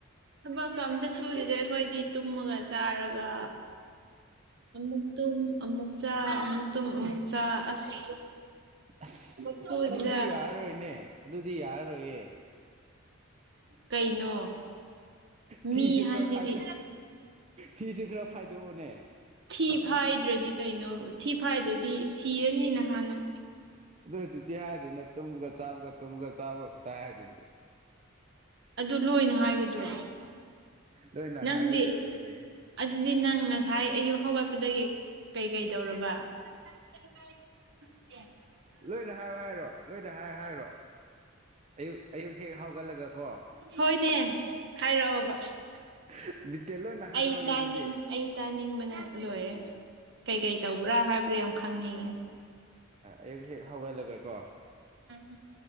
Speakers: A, on the right (about 60°); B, on the right (about 30°).
A: ꯊꯕꯛꯇꯣ ꯑꯝꯇ ꯁꯨꯗꯦꯗ ꯑꯩꯈꯣꯏꯗꯤ ꯇꯨꯝꯃꯒ ꯆꯥꯔꯒ ꯑꯃꯨꯛ ꯇ ꯑꯃꯨꯛ ꯆ ꯑꯃꯨꯛ ꯇ ꯑꯃꯨꯛ ꯆ ꯑꯁ
B: ꯑꯁ
A: ꯊꯕꯛ ꯁꯨꯗꯦꯗ
B: ꯑꯗꯨꯗꯤ ꯌꯥꯔꯔꯣꯏꯅꯦ ꯑꯗꯨꯗꯤ ꯌꯥꯔꯔꯣꯏꯌꯦ
A: ꯀꯩꯅꯣ
B: ꯊꯤꯁꯨ
A: ꯃꯤ ꯍꯥꯏꯁꯤꯗꯤ
B: ꯈꯔꯤ ꯊꯤꯁꯨ ꯈꯔ ꯐꯥꯏꯗꯣꯛꯑꯣꯅꯦ
A: ꯊꯤ ꯐꯥꯏꯗ꯭ꯔꯗꯤ ꯀꯩꯅꯣ ꯊꯤ ꯐꯥꯏꯗ꯭ꯔꯗꯤ ꯁꯤꯔꯅꯤꯅ ꯍꯥꯟꯅ
B: ꯑꯗꯨ ꯆꯤꯆꯤ ꯍꯥꯏꯗꯤꯅ ꯇꯨꯝꯒ ꯆꯥꯕꯒ ꯇꯨꯝꯒ ꯆꯥꯕꯒ ꯈꯛꯇ ꯍꯥꯏꯗꯨꯗꯤ
A: ꯑꯗꯨ ꯂꯣꯏꯅ ꯍꯥꯏꯒꯗ꯭ꯔꯣ
B: ꯂꯣꯏꯅ
A: ꯅꯪꯗꯤ
B: ꯍꯥꯏꯒꯗꯕꯗꯨꯗꯤ
A: ꯑꯗꯨꯗꯤ ꯅꯪ ꯉꯁꯥꯏ ꯑꯌꯨꯛ ꯍꯧꯒꯠꯄꯗꯒꯤ ꯀꯩꯀꯩ ꯇꯧꯔꯕ ꯀꯥꯏꯗ
B: ꯂꯣꯏꯅ ꯍꯥꯏꯌꯣ ꯍꯥꯏꯔꯣ ꯂꯣꯏꯅ ꯍꯥꯏꯌꯣ ꯍꯥꯏꯔꯣ ꯑꯌꯨꯛ ꯑꯌꯨꯛ ꯍꯦꯛ ꯍꯥꯎꯒꯠꯂꯒꯀꯣ
A: ꯍꯣꯏꯅꯦ ꯍꯥꯏꯔꯛꯑꯣꯕ
B: <unintelligible> ꯍꯥꯏꯗꯣꯛꯑꯒꯦ
A: ꯑꯩ ꯇꯥꯅꯤꯡꯕ
B: ꯑꯗꯨꯗꯤ
A: ꯑꯩ ꯇꯥꯅꯤꯡꯕꯅ ꯂꯣꯏꯔꯦ ꯀꯩꯀꯩ ꯇꯧꯕ꯭ꯔꯥ ꯍꯥꯏꯕꯗꯨ ꯈꯪꯉ
B: ꯑꯌꯨꯛ ꯍꯦꯛ ꯍꯧꯒꯠꯂꯒ ꯀꯣ
A: ꯎꯝ